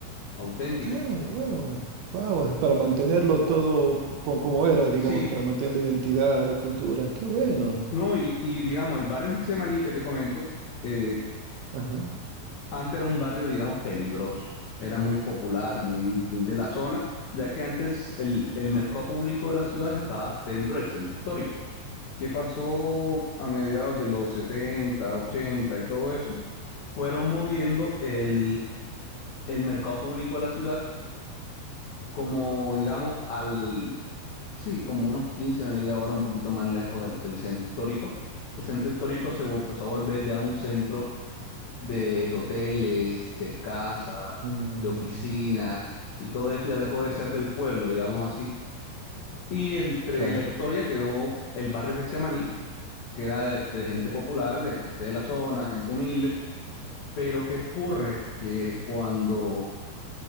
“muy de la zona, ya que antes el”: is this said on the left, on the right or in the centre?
Left